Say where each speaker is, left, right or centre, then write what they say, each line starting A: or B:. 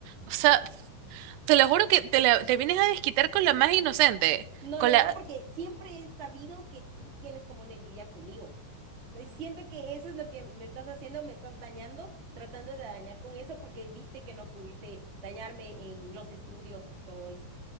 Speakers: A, on the right; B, on the right.
A: O sea, te lo juro que te, la- te vienes a desquitar con la más inocente,
B: No,
A: con
B: no,
A: la...
B: no, porque siempre he sabido que tú tienes como una envidia conmigo. Y siento que eso es lo que me estás haciendo, me estás dañando, tratando de dañar con eso, porque viste que no pudiste dañarme en los estudios y todo eso.